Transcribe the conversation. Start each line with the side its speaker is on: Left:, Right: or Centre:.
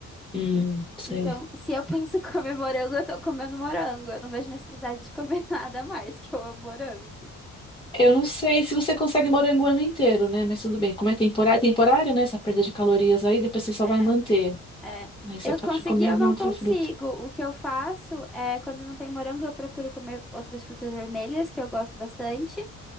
Left: Hum,
Centre: En-
Left: sei.
Centre: Então, se eu penso <laughs> comer morango, eu tô comendo morango. Eu não vejo necessidade de comer <laughs> nada mais, que eu amo morango.
Left: Eu não sei se você consegue morango o ano inteiro, né? Mas tudo bem. Como é temporário, temporário, né? Essa perda de calorias aí, depois você só
Centre: É,
Left: vai manter.
Centre: é.
Left: Aí você
Centre: Eu
Left: pode
Centre: consegui,
Left: comer
Centre: eu
Left: uma
Centre: não
Left: outra
Centre: consigo.
Left: fruta.
Centre: O que eu faço é, quando não tem morango, eu procuro comer outras frutas vermelhas, que eu gosto bastante.